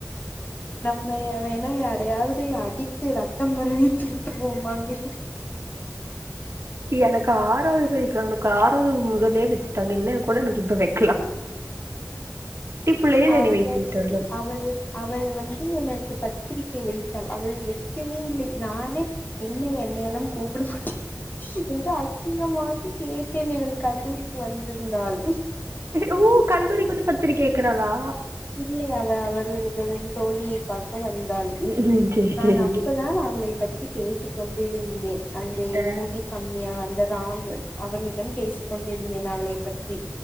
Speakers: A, on the left; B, on the right.
A: அவையன்னா யாரையாவது அடித்து ரத்தம் மறுவி தூத்துருவோமாங்கி
B: எனக்கு ஆறாவது சைக்கிள் அவனுக்கு ஆறாவது முதலே வச்சுட்டாங்க என்னன்னு கூட எனக்கு இப்ப வக் பிள்ளையில்
A: அவ்
B: என்னை வைத்து
A: அவ்வு
B: விட்டார்கள்
A: அவளு அவள் வந்து எனக்கு பத்திரிக்கை வைத்தாள் அவள் வைக்கவே இல்லை நானே என்ன என்னை எல்லாம் கூப்ட மாட்டே என்று அசிங்கமாக கேட்டேன் எனது கல்லூரிக்கு வந்திருந்தால்
B: ஓ கல்லூரிக்கு வந்து பத்திரிக்கை வைக்குறாளா
A: இல்லை அவ அவர்களின் தோழி பார்க்க வந்தாள்
B: ம் சரி
A: நான்
B: சரி
A: அப்பதான் அவளை பத்தி பேசிக் கொண்டு இருந்தேன் அந்த
B: ஆ
A: முடி கம்மியா அந்த ராம் அவர்களுடன் பேசி கொண்டிருந்தேன் அவளை பத்தி